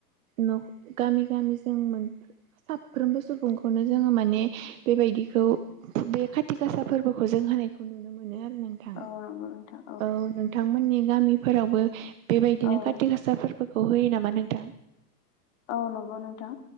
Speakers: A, on the right (about 55°); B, on the left (about 45°).
A: न' गामि गामिजों मोनफ्रो साफ्रोमबो सुबुंखौनो जोंङो माने बेबायदिखौ बे खाथि गासा फोरबोखौ जोंङो होननायखौ नुनो मोनो आरो नोंथां
B: औ नंगौ नोंथां
A: औ नोंथांमोननि गामिफोरावबो बेबायदिनो
B: औ
A: कार्ति गासा फोरबोखौ होयो नामा नोंथां?
B: औ नंगौ नोंथां